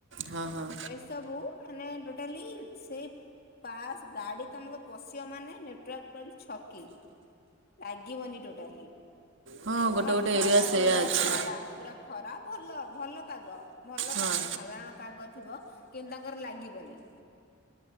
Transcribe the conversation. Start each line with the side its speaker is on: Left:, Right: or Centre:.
Right: ହଁ ହଁ।
Left: ଏସବୁ ମାନେ ଟୋଟାଲି ସେ- - ପାସ୍ ଗାଡି ତମକୁ ପଶିବ ମାନେ ନେଟୱାର୍କ ଛକି। ଲାଗିବନି ଟୋଟାଲି
Right: ହଁ ଗୋଟେ
Left: ତାମର
Right: ଗୋଟେ
Left: ଖରା
Right: ଏରିଆ ସେଇଆ
Left: ପୁରା
Right: ଅଛି।
Left: ଖରାପ। ପୁରା ଖରା ଭଲ ଭଲ ପାଗ ଭଲ
Right: ହଁ।
Left: ପାଗ ସାଧାରଣ ପାଗ ଥିବ। କିନ୍ତୁ ତାଙ୍କର ଲାଗିବନି।